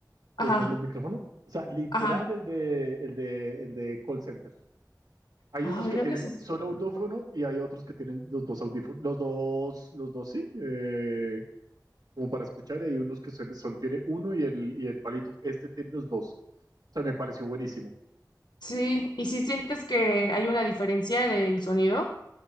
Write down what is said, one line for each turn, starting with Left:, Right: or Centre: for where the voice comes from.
Left: Ajá,
Right: que es donde el micrófono. O sea, literal
Left: ajá.
Right: el de, el de, el de call center. Hay
Left: Ay,
Right: unos que
Left: yo
Right: tienen
Left: necesito.
Right: solo
Left: uno.
Right: audífono y hay otros que tienen los dos audífonos, los dos, los dos sí, eh, como para escuchar, y hay unos que solo, solo tiene uno y el, y el palito. Este tiene los dos. O sea, me pareció buenísimo.
Left: Sí, y si sientes que hay una diferencia del sonido,